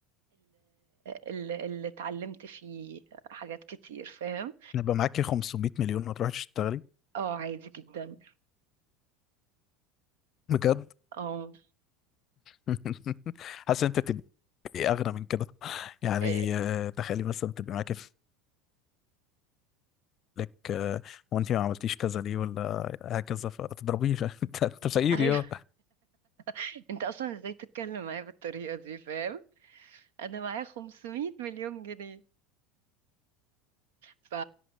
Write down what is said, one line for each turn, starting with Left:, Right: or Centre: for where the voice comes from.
Right: اللي, اللي اتعلمت فيه حاجات كتير فاهم
Left: يبقى معاكي 500 مليون وتروحي تشتغلي
Right: اه عادي جدا
Left: بجد
Right: اه
Left: <laughs> حاسس انت تبقي اغنى من كده يعني
Right: إيه،
Left: آه، تخيلي مثلا تبقي معاكي لك وانت ما عملتيش كذا ليه ولا هكذا فتضربيه <laughs> انت أنت فقير
Right: ايوه <laughs> انت اصلا ازاي تتكلم معايا بالطريقه دي فاهم انا معايا 500 مليون جنيه ف